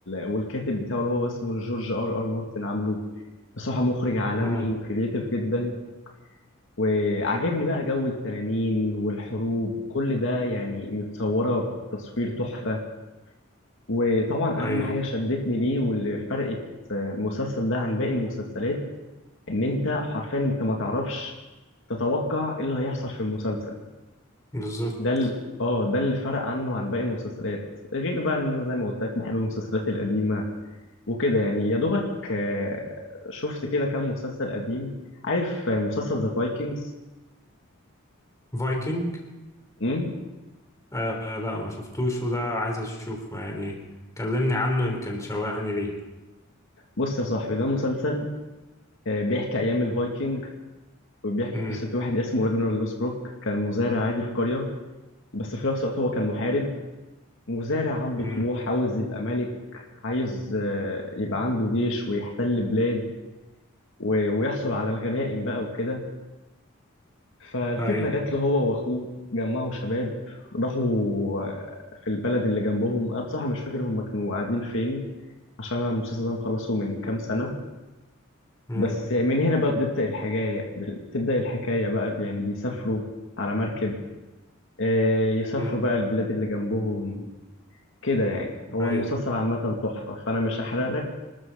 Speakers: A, on the left; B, on the left.
A: والكاتب بتاعه اللي هو اسمه جورج ار ار مارتن عامله بصراحة مخرج عالمي
B: مم.
A: وكرييتيف جدا وعجبني بقى جو التنانين والحروب كل ده يعني متصورة بتصوير تحفة وطبعا
B: اي
A: أهم حاجة شدتني ليه واللي فرقت المسلسل ده عن باقي المسلسلات ان انت حرفيا انت ما تعرفش تتوقع ايه اللي هيحصل في المسلسل
B: بالظبط
A: ده ال... اه ده اللي فرق عنه عن باقي المسلسلات غير بقى ان انا زي ما قلت لك بحب المسلسلات القديمه وكده يعني يا دوبك آه، شفت كده كام مسلسل قديم عارف آه، مسلسل ذا فايكنجز
B: فايكنج
A: امم
B: آه لا ما شفتوش وده عايز اشوفه يعني كلمني عنه يمكن تشوقني ليه
A: بص يا صاحبي ده مسلسل آه، بيحكي ايام الفايكنج وبيحكي
B: امم
A: قصه واحد اسمه راجنر لوسبروك كان مزارع عادي في قريه بس في نفس الوقت هو كان محارب مزارع عنده
B: امم
A: طموح عاوز يبقى ملك عايز آه، يبقى عنده جيش ويحتل بلاد و- ويحصل على الغنائم بقى وكده فالفكرة
B: اي
A: جات له هو وأخوه جمعوا شباب راحوا آه، في البلد اللي جنبهم أنا بصراحة مش فاكر هم كانوا قاعدين فين عشان أنا المسلسل ده مخلصه من كام سنة
B: امم
A: بس يعني من هنا بقى بتبدأ الحكاية بتبدأ الحكاية بقى يعني بيسافروا على مركب آه، يسافروا
B: امم
A: بقى البلاد اللي جنبهم كده يعني هو
B: اي
A: المسلسل عامة تحفة فأنا مش هحرق لك